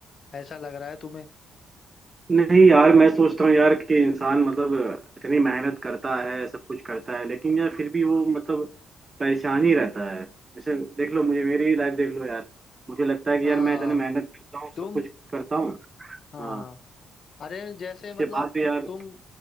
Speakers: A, on the left; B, on the right.
A: ऐसा लग रहा है तुम्हें
B: नहीं यार मैं सोचता हूँ यार कि इंसान मतलब इतनी मेहनत करता है सब कुछ करता है लेकिन यार फिर भी वो मतलब परेशान ही रहता है जैसे देख लो मुझे मेरी लाइफ देख लो यार मुझे लगता है कि
A: हाँ
B: यार मैं इतनी मेहनत करता हूँ सब
A: तुम
B: कुछ करता हूँ
A: हाँ
B: हाँ
A: अरे जैसे
B: उसके
A: मतलब
B: बाद भी यार
A: तुम